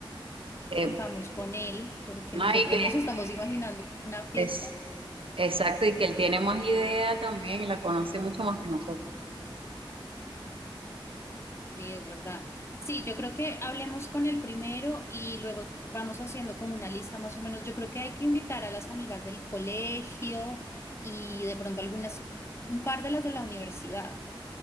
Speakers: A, on the right; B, on the left.
A: eh,
B: contamos con él, porque
A: no,
B: nosotros
A: y que
B: nos estamos imaginando una fiesta.
A: es exacto y que él tiene más idea también, la conoce mucho más que nosotros.
B: Sí, es verdad. Sí, yo creo que hablemos con el primero y luego vamos haciendo como una lista más o menos. Yo creo que hay que invitar a las amigas del colegio y de pronto algunas, un par de las de la universidad.